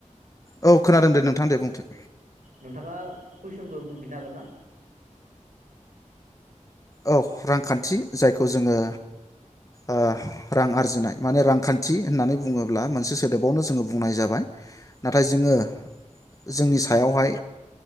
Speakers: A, on the left; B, on the right.
A: औ खोनादों दे नोंथां दे बुंथे
B: नोंथाङा कुइसनखौ बुंफिननो हागोन ना
A: औ रांखान्थि जायखौ जोङो ओ रां आरजिनाय माने रांखान्थि होननानै बुङोब्ला मोनसे सोदोबावनो जोङो बुंनाय जाबाय नाथाय जोङो जोंनि सायावहाय